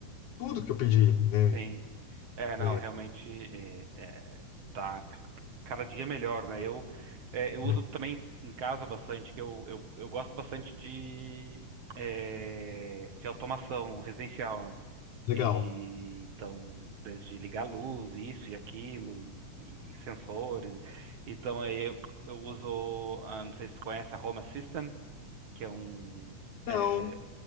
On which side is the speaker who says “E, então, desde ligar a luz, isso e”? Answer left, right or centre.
Right